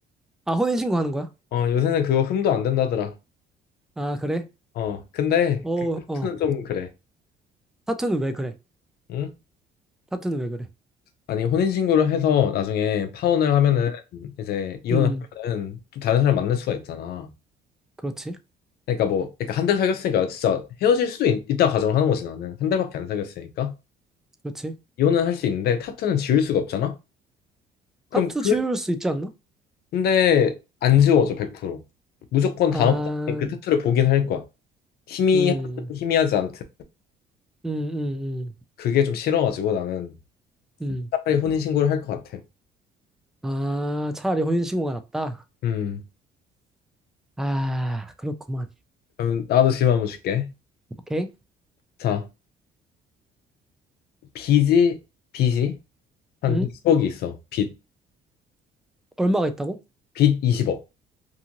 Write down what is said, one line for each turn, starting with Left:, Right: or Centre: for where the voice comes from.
Centre: 아, 혼인 신고하는 거야?
Left: 어, 요새는 그거 흠도 안 된다더라.
Centre: 아, 그래?
Left: 어, 근데
Centre: 어,
Left: 그 타투는
Centre: 어.
Left: 좀 그래.
Centre: 타투는 왜 그래?
Left: 응?
Centre: 타투는 왜 그래?
Left: 아니 혼인신고를 해서 나중에 파혼을 음. 하면은
Centre: 음.
Left: 이제 이혼을
Centre: 음,
Left: 하면은 또 다른 사람 만날 수가 있잖아.
Centre: 그렇지,
Left: 그러니까 뭐 그러니까 한 달 사귀었으니까 진짜 헤어질 수도 있, 다 가정을 하는 거지 나는 한 달밖에 안 사귀었으니까
Centre: 그렇지.
Left: 이혼은 할 수 있는데 타투는 지울 수가 없잖아. 그럼
Centre: 타투
Left: 그
Centre: 지울 수 있지 않나?
Left: 근데 안 지워져 100%. 무조건 다음
Centre: 아,
Left: 달에 그 타투를 보긴 할 거야. 희미
Centre: 음, 음,
Left: 희미하지 않든
Centre: 음, 음,
Left: 그게 좀 싫어가지고 나는
Centre: 음.
Left: 차라리 혼인신고를 할 것 같아.
Centre: 아, 차라리 혼인신고가 낫다.
Left: 음
Centre: 아, 그렇구만.
Left: 그럼 나도 질문 한번 줄게.
Centre: 오케이.
Left: 자 비지 비지 한
Centre: 음,
Left: 20억이 있어. 빚.
Centre: 얼마가 있다고?
Left: 빚 20억.